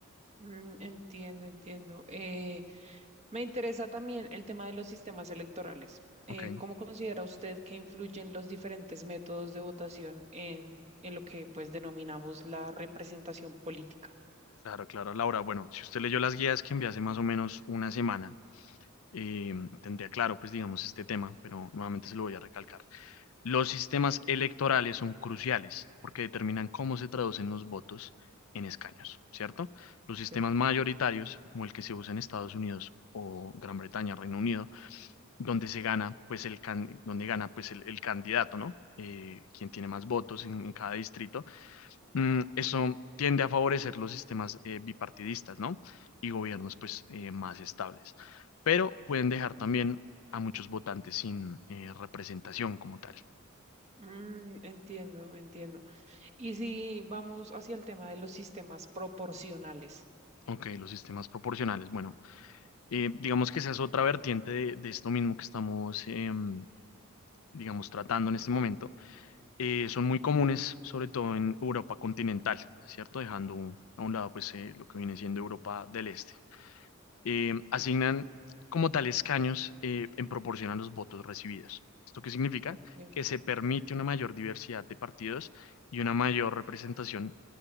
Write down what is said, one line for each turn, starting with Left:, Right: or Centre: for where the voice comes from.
Right: Mm, entiendo, entiendo. Eh, Me interesa también el tema de los sistemas electorales. Eh,
Left: Ok,
Right: ¿cómo considera usted que influyen los diferentes métodos de votación en, en lo que pues denominamos la representación política?
Left: claro, claro, Laura. Bueno, si usted leyó las guías que envié hace más o menos una semana, eh, tendría claro pues digamos este tema, pero nuevamente se lo voy a recalcar. Los sistemas electorales son cruciales porque determinan cómo se traducen los votos en escaños, ¿cierto? Los sistemas
Right: Ok.
Left: mayoritarios, como el que se usa en Estados Unidos o Gran Bretaña, Reino Unido, donde se gana, pues el can- donde gana, pues el, el candidato, ¿no? Eh, quien tiene más votos en, en cada distrito. Mm, eso tiende a favorecer los sistemas eh, bipartidistas, ¿no? Y gobiernos, pues, eh, más estables. Pero pueden dejar también a muchos votantes sin eh, representación como tal.
Right: Mm, entiendo, entiendo. Y si vamos hacia el tema de los sistemas proporcionales.
Left: Ok, los sistemas proporcionales. Bueno, eh, digamos que esa es otra vertiente de, de esto mismo que estamos, em, digamos, tratando en este momento. Eh, son muy comunes, sobre todo en Europa continental, ¿cierto? Dejando un- a un lado, pues, eh, lo que viene siendo Europa del Este. Em, asignan como tal escaños eh, en proporción a los votos recibidos. ¿Esto qué significa?
Right: Ok.
Left: Que se permite una mayor diversidad de partidos y una mayor representación